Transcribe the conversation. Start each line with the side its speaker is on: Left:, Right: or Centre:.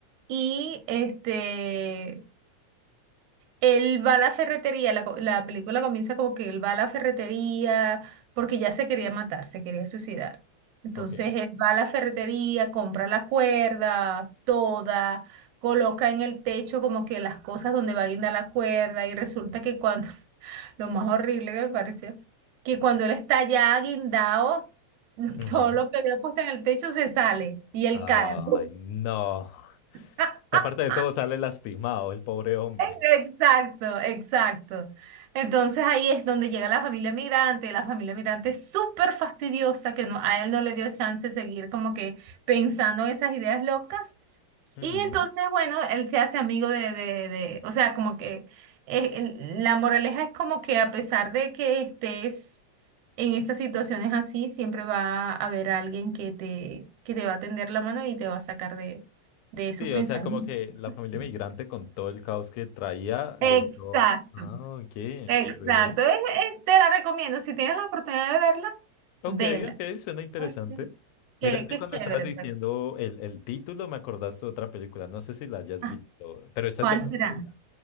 Right: Y este Él va a la ferretería, la, co- la película comienza como que él va a la ferretería porque ya se quería matar, se quería suicidar. Entonces
Left: ok.
Right: él va a la ferretería, compra la cuerda, toda, coloca en el techo como que las cosas donde va a guindar la cuerda y resulta que cuando, <laughs> lo más horrible que me pareció, que cuando él está ya guindado, <laughs>
Left: Ajá.
Right: todo lo que había puesto en el techo se sale y él
Left: Ay,
Right: cae.
Left: no.
Right: <laughs>
Left: Aparte de todo, sale lastimado el pobre hombre.
Right: Exacto, exacto. Entonces ahí es donde llega la familia migrante, la familia migrante es súper fastidiosa, que no, a él no le dio chance de seguir como que pensando esas ideas locas.
Left: Ujú.
Right: Y entonces, bueno, él se hace amigo de, de, de- o sea, como que eh, el- la moraleja es como que a pesar de que estés en esas situaciones así, siempre va a haber alguien que te, que te va a tender la mano y te va a sacar de, de esos
Left: Sí,
Right: pensamientos.
Left: o sea, como que la familia
Right: Sí.
Left: migrante con todo el caos que traía le
Right: Exacto.
Left: hizo. Ah, ok,
Right: Exacto,
Left: ve.
Right: es, es- te la recomiendo. Si tienes la oportunidad de verla,
Left: Ok,
Right: vela.
Left: ok, suena interesante.
Right: Pues, Qué,
Left: Mira que
Right: qué
Left: cuando
Right: chévere,
Left: estabas diciendo
Right: pues.
Left: el, el título, me acordaste de otra película. No sé si la hayas
Right: Ah,
Left: visto, pero esta
Right: ¿cuál
Left: es de comedia.
Right: será?